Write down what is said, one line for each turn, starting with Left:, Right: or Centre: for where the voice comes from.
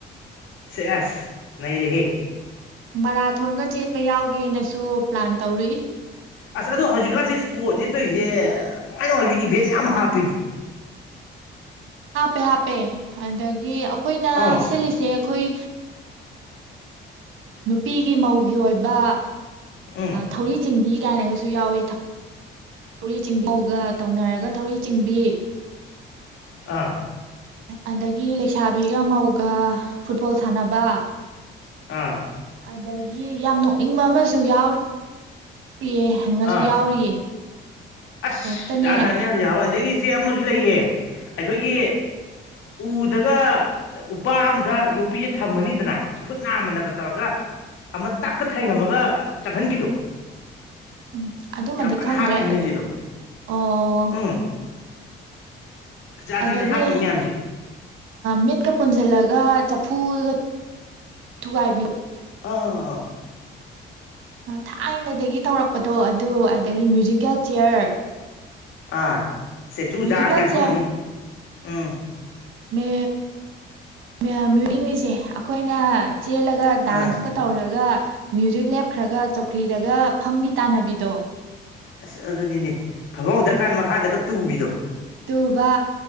Left: ꯁꯦ ꯑꯁ ꯅ ꯔꯦꯍꯦ
Right: ꯃꯔꯥꯊꯣꯟꯒ ꯆꯦꯟꯕ ꯌꯥꯎꯒꯦꯅꯁꯨ ꯄ꯭ꯂꯥꯟ ꯇꯧꯔꯤ
Left: ꯑꯁ ꯑꯗꯣ ꯍꯧꯖꯤꯛꯀꯥꯟꯗꯤ ꯏꯁꯄꯣꯔꯠꯅꯦ ꯇꯧꯔꯤꯁꯦ ꯅꯨꯡꯉꯥꯏ ꯅꯨꯡꯉꯥꯏꯕ ꯏꯚꯦꯟ ꯃꯌꯥꯝ ꯍꯥꯞꯄꯤꯅꯤ
Right: ꯍꯥꯞꯄꯦ ꯍꯥꯞꯄꯦ ꯑꯗꯒꯤ ꯑꯩꯈꯣꯏꯅ
Left: ꯑꯥ
Right: ꯁꯤꯜꯂꯤꯁꯦ ꯑꯩꯈꯣꯏ ꯅꯨꯄꯤꯒꯤ ꯃꯧꯒꯤ ꯑꯣꯏꯕ
Left: ꯎꯝ
Right: ꯊꯧꯔꯤ ꯆꯤꯡꯕꯤ ꯀꯥꯏꯅꯒꯁꯨ ꯌꯥꯎꯋꯦ ꯊꯧꯔꯤ ꯆꯤꯡꯕꯤꯒ ꯇꯧꯅꯔꯒ ꯊꯧꯔꯤ ꯆꯤꯡꯕꯤ
Left: ꯑꯥ
Right: ꯑꯗꯒꯤ ꯂꯩꯁꯥꯕꯤꯒ ꯃꯧꯒ ꯐꯨꯠꯕꯣꯜ ꯁꯥꯟꯅꯕ
Left: ꯑꯥ
Right: ꯑꯗꯒꯤ ꯌꯥꯝ ꯅꯣꯛꯅꯤꯡꯕ ꯑꯃꯁꯨ ꯌꯥꯎꯔꯤ ꯌꯥꯎꯌꯦꯦ ꯅꯅꯤꯡꯉꯁꯨ
Left: ꯑꯥ
Right: ꯌꯥꯎꯔꯤꯌꯦ
Left: ꯑꯁ
Right: ꯍꯦꯛꯇꯅꯦ
Left: ꯖꯥꯠꯖꯥꯠꯅꯤ ꯍꯧꯖꯤꯛ ꯍꯋꯥꯏꯗꯒꯤ ꯏꯆꯦ ꯑꯃꯁꯨ ꯂꯩꯌꯦ ꯑꯩꯈꯣꯏꯒꯤ ꯎꯗꯒ ꯎꯄꯥ ꯑꯝꯗ ꯌꯣꯛꯄꯤꯁꯦ ꯊꯝꯃꯅꯤꯗꯅ ꯈꯨꯠ ꯅꯥꯝꯃꯅꯒ ꯇꯧꯔꯒ ꯑꯃ ꯇꯛꯀ ꯊꯩꯉꯝꯃꯒ ꯆꯪꯍꯟꯕꯤꯗꯣ꯫
Right: ꯎꯝ ꯑꯗꯨꯃꯗꯤ
Left: ꯌꯥꯝ ꯀꯟꯅ
Right: ꯈꯪꯗ꯭ꯔꯦ
Left: ꯍꯥꯞꯄꯤꯅꯦ ꯍꯧꯖꯤꯛꯗꯣ
Right: ꯑꯣ
Left: ꯎꯝ ꯖꯥꯠ
Right: ꯑꯗꯒꯤ
Left: ꯖꯥꯠꯅꯤ ꯍꯥꯞꯄꯤ ꯃꯌꯥꯝꯁꯦ
Right: ꯃꯤꯠꯀ ꯄꯨꯟꯁꯤꯜꯂꯒ ꯆꯐꯨꯒ ꯊꯨꯒꯥꯏꯕꯤ
Left: ꯑꯥ ꯑꯥ
Right: ꯊꯥꯏꯅꯗꯒꯤ ꯇꯧꯔꯛꯄꯗꯣ ꯑꯗꯨ ꯑꯗꯒꯤ ꯃ꯭ꯌꯨꯖꯤꯀꯦꯜ ꯆꯤꯌꯔ
Left: ꯑꯥ ꯇꯨ
Right: ꯃ꯭ꯌꯨꯖꯤꯀꯦꯜ
Left: ꯌꯥꯖꯒꯦ ꯍꯥꯞꯄꯃꯅꯤ
Right: ꯆꯤꯌꯔ
Left: ꯎꯝ
Right: ꯃ ꯃ ꯌꯣꯛ ꯏꯂꯤꯁꯦ ꯑꯩꯈꯣꯏꯅ ꯆꯦꯜꯂꯒ
Left: ꯑꯥ
Right: ꯗꯥꯟꯁꯀ ꯇꯧꯔꯒ ꯃ꯭ꯌꯨꯖꯤꯛ ꯂꯦꯞꯈ꯭ꯔꯒ ꯆꯧꯈ꯭ꯔꯤꯗꯒ ꯐꯝꯕꯤ ꯇꯥꯟꯅꯕꯤꯗꯣ
Left: ꯑꯁ ꯑꯗꯨꯅꯤꯅꯦ ꯐꯝꯃꯧꯗ꯭ꯔꯀꯥꯟꯗ ꯃꯈꯥꯗꯒ ꯇꯨꯕꯤꯗꯣ
Right: ꯇꯨꯕ